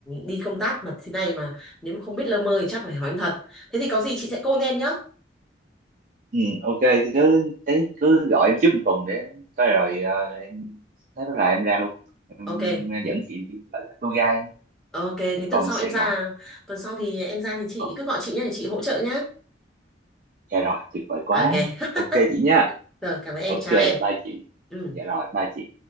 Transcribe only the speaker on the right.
ừ, ok cứ thế cứ gọi em trước một tuần để em tới rồi ờ, em thế là em ra luôn em
dẫn chị đi gọi là tour guide
một
vòng
Sài
Gòn
Ờ,
dạ rồi tuyệt vời quá
ok chị nha
ok
bye
chị
dạ rồi bye chị